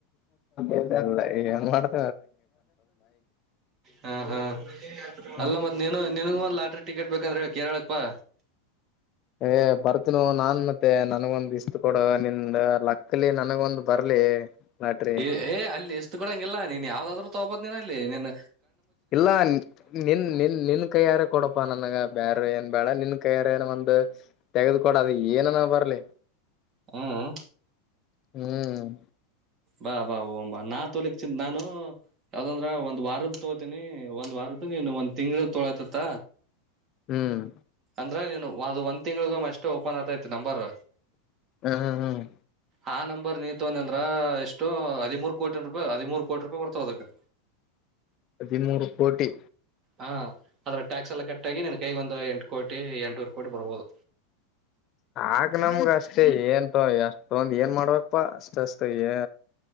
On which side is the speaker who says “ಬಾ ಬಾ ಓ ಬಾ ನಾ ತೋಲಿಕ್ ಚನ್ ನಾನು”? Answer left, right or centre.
Right